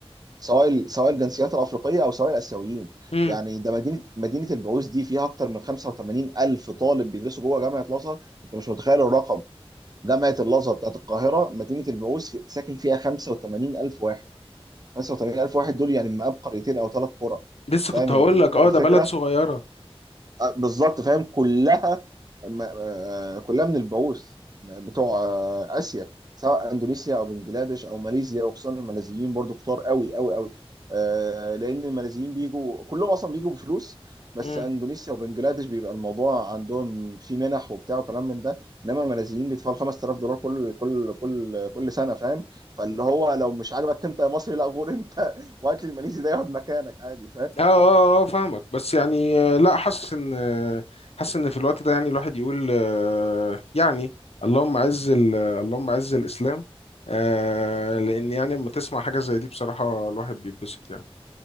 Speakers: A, on the right; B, on the left.
A: سواء ال- سواء الجنسيات الافريقيه او سواء الاسيويين
B: امم
A: يعني ده مدينه مدينه البعوث دي فيها اكتر من 85 الف طالب بيدرسوا جوه جامعه الازهر انت مش متخيل الرقم جامعه الازهر بتاعت القاهره مدينه البعوث في- ساكن فيها 85 الف واحد 85 الف واحد دول يعني مقاب قريتين او ثلاث قرى
B: لسه
A: فاهم
B: كنت هقول
A: ال-
B: لك اه
A: الفكره
B: ده بلد صغيره
A: آه، بالظبط فاهم كلها م- آه، كلها من البعوث بتوع آه، اسيا سواء اندونيسيا او بنجلاديش او ماليزيا وخصوصا الماليزيين برضو كتار قوي قوي قوي آه، لان الماليزيين بيجوا كلهم اصلا بيجوا بفلوس بس
B: امم
A: اندونيسيا وبنجلاديش بيبقى الموضوع عندهم في منح وبتاع وكلام من ده انما الماليزيين بيدفعوا 5000 دولار كل كل كل كل سنه فاهم فاللي هو لو مش عاجبك انت يا مصري لا غور انت <laughs> وهات لي الماليزي ده يقعد مكانك عادي
B: اه اه اه فاهمك بس يعني آه، لا حاسس ان آه، حاسس ان في الوقت ده يعني الواحد يقول آه، يعني اللهم عز ال- اللهم عز الاسلام آه، لان يعني لما تسمع حاجه زي دي بصراحه الواحد بيتبسط يعني